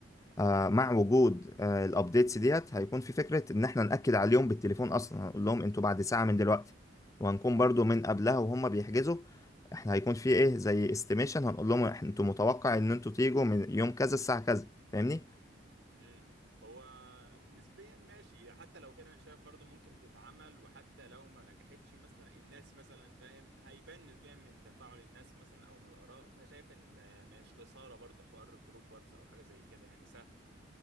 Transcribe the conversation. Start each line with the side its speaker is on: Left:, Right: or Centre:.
Left: آه، مع وجود آه، الابديتس ديت هيكون في فكرة ان احنا نأكد عليهم بالتليفون اصلا هنقول لهم انتوا بعد ساعة من دلوقتي وهنكون برضو من قبلها وهم بيحجزوا احنا هيكون في ايه زي استيميشن هنقول لهم إحنا- انتوا متوقع ان انتوا تيجوا من يوم كذا الساعة كذا فاهمني؟
Right: امم هو نسبيا ماشي حتى لو كده انا شايف برضو ممكن تتعمل وحتى لو ما نجحتش مثلا الناس مثلا فاهم هيبان نسبيا من تفاعل الناس مثلا او من الاراء فشايف ان مش خسارة برضو حوار جروب واتس او حاجة زي كده يعني سهل